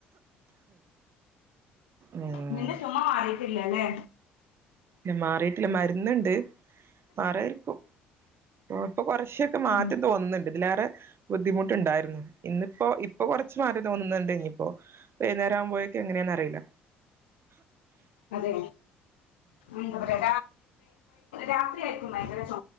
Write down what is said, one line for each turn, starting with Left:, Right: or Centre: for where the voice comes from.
Right: ഉം
Left: നിന്റെ ചുമ മാറിയിട്ട് ഇല്ലല്ലേ
Right: മാറിയിട്ടില്ല മരുന്നുണ്ട് മാറുമായിരിക്കും ഇപ്പൊ കുറച്ചൊക്കെ മാറ്റം
Left: ഉം,
Right: തോന്നുന്നുണ്ട് ഇതിലേറെ ബുദ്ധിമുട്ടുണ്ടായിരുന്നു ഇന്നിപ്പോ ഇപ്പൊ കുറച്ച് മാറ്റം തോന്നുന്നുണ്ട് ഇനിയിപ്പോ വൈകുന്നേം ആകുമ്പോയേക്ക് എങ്ങനെ ന്ന് അറീല്ല
Left: അതെ എന്താ പറയാ രാത്രി ആയിരിക്ക ഭയക്കര